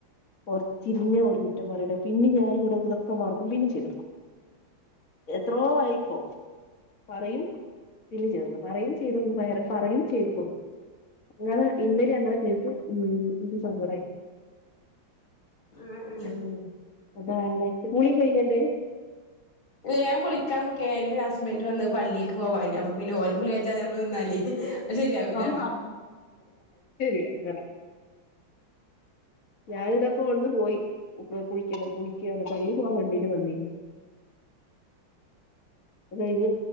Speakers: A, on the left; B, on the left.
A: പൊറത്തിന്നെ ഓല് കുറ്റം പറയണെ പിന്നിം ഞാന് ഇങ്ങട്ടോക്ക് ഇതൊക്കെ മാർക്കും പിന്നിം ചെയ്തൊടുക്കും എത്രോ ആയിപ്പോ പറയും പിന്നിം ചെയ്തുകൊടുക്കും പറയും ചെയ്തുകൊടുക്കും പയറി പറയും ചെയ്തുകൊടു ഇങ്ങള് ഇന്നലിം അങ്ങനെ കേട്ട് ഇൻക്ക് സങ്കടായി <unintelligible>
B: ആഹ് ആഹ്
A: കുളി കൈഞ്ഞൻ്റെ
B: ഇല്ല്യാൻ കുളിക്കാൻ നിക്കേനി അയ്ല് പിന്നെ ഹസ്ബൻഡ് വന്ന് പള്ളീക്ക് പോവാന് അപ്പൊ പിന്നെ ഓലെ കുളി കജ്ജാതെ നമ്മള് നിന്നാലെ അഹ് ശര്യാവൂല
A: ആഹ് ആഹ് <unintelligible> ഞാനിതാപ്പോട്ന്ന് പോയി കുളിക്കല്ലെ കുളിക്കാ പള്ളീ പോവാൻ വേണ്ടീട്ട് വന്നേനി അത് കൈഞ്ഞ്